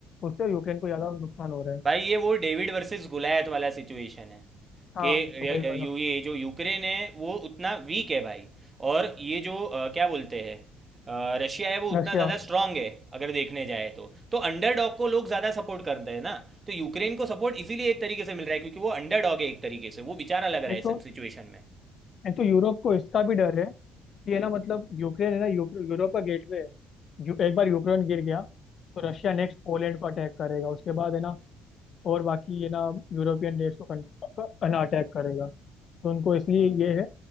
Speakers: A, on the left (about 55°); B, on the right (about 30°).
A: उससे यूक्रेन को ज्यादा नुकसान हो रहा है
B: भाई ये वो डेविड वर्सेस गुलायत वाला सिचुएशन है
A: हाँ
B: कि
A: मतलब
B: रे-
A: वही वाला
B: यू ये जो यूक्रेन है वो उतना वीक है भाई और ये जो अ, क्या बोलते हैं अ, रशिया है वो
A: रशिया
B: उतना ज़्यादा स्ट्रांग है अगर देखने जाए तो तो अंडरडॉग को लोग ज़्यादा सपोर्ट करते हैं ना तो यूक्रेन को सपोर्ट इसीलिए एक तरीके से मिल रहा है क्योंकि वो अंडरडॉग है एक तरीके से वो बेचारा लग रहा है
A: एक
B: इस
A: तो
B: सिचुएशन में
A: एक तो यूरोप को इसका भी डर है कि है ना मतलब यूक्रेन है ना यूक्र- यूरोप का गेटवे है यू, एक बार यूक्रेन गिर गया तो रशिया नेक्स्ट पोलैंड को अटैक करेगा उसके बाद है ना और बाकी है ना यूरोपियन देश को कन- क- है ना अटैक करेगा तो उनको इसलिए
B: हाँ भाई
A: ये है